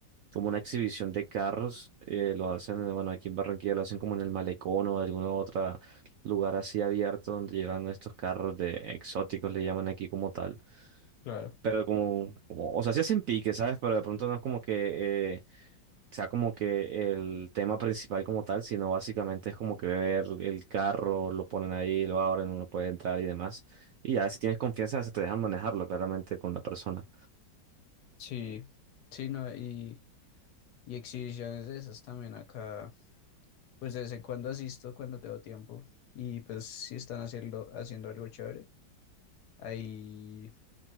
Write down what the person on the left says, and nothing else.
Claro.
Sí, sí, no, y, y exhibiciones de esas también acá. pues de vez en cuando asisto cuando tengo tiempo y pues si están haciendo, haciendo algo chévere, ahí,